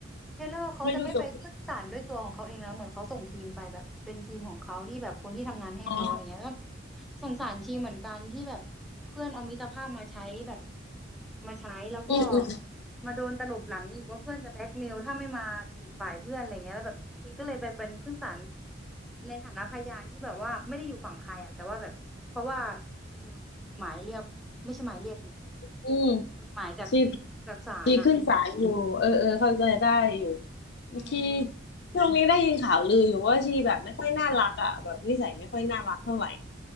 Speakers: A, in the centre; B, on the left.
A: เทเลอร์เขาจะไม่ไปขึ้นศาลด้วยตัวของเขาเองนะเหมือนเขาส่งทีมไปแบบเป็นทีมของเขาที่แบบคนที่ทำงานให้เขาอะไรเงี้ยก็
B: ไม่รู้จบอ๋อ
A: สงสารชีเหมือนกันที่แบบเพื่อนเอามิตรภาพมาใช้แบบมาใช้แล้วก็
B: อืมอืม
A: มาโดนตลบหลังอีกว่าเพื่อนจะแบล็กเมลถ้าไม่มาอยู่ฝ่ายเพื่อนอะไรเงี้ยแล้วแบบชีก็เลยไปเป็นขึ้นศาลในฐานะพยานที่แบบว่าไม่ได้อยู่ฝั่งใครอ่ะแต่ว่าแบบเพราะว่าชีโดนหมายเรียกไม่ใช่หมายเรียกสิ
B: อืม
A: จดหมายจาก
B: ชี
A: จากศาลอะ
B: ชีขึ้นศาลอยู่เออเออเข้าใจได้อยู่
A: อืม
B: ชีช่วงนี้ได้ยินข่าวลืออยู่ว่าชีแบบไม่ค่อยน่ารักอ่ะแบบนิสัยไม่ค่อยน่ารักเท่าไหร่